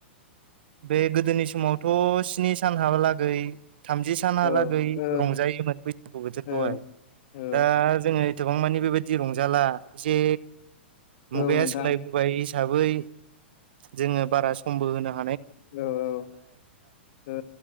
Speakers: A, on the right; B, on the left.
A: बे गोदोनि समावथ' स्नि सान हाबालागै। थामजि सानाहालागै
B: औ औ
A: रंजायोमोन बैसागु बोथोरखौहाय
B: औ औ
A: दा जोङो गोबां मानिे बेबायदि रंजाला एसे मुगाया
B: औ नोंथां
A: सोलायबोय हिसाबै जोङो बारा समबो होनो हा
B: औ औ औ